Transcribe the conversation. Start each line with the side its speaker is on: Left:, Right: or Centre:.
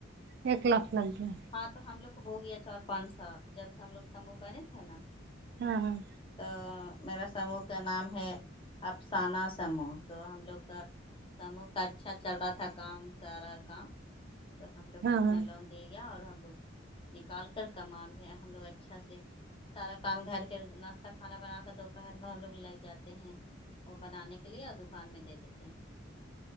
Right: ایک لاکھ میں مل گیا
Left: ہاں تو ہم لوگ کو ہو گیا چار پانچ سال جب سے ہم لوگ سوہ بنے تھے نا
Right: ہاں ہاں
Left: تو میرا سمو کا نام ہے افسانہ سموہ تو ہم لوگ کا سمو کا اچھا چل رہا تھا کام سارا کام تو ہم لوگ
Right: ہاں
Left: کو اتنا
Right: ہاں
Left: لون دے گیا اور ہم لوگ نکال کر کما بھی ہم لوگ اچھا سے سارا کام گھر کے ناشتہ کھانا بنا کر دوپہر میں ہم لوگ لگ جاتے ہیں وہ بنانے کے لیے اور دکان میں دے دیتے ہیں